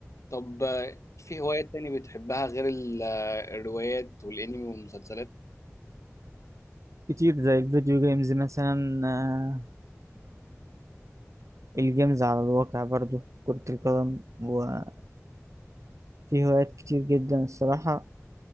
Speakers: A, on the left; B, on the right.
A: طب آه، في هوايات تاني بتحبها غير ال- آه، الروايات والانمي والمسلسلات
B: كتير زي الفيديو جيمز مثلا آه والجيمز على الواقع برضو كرة القدم وفي هوايات كتير جدا الصراحة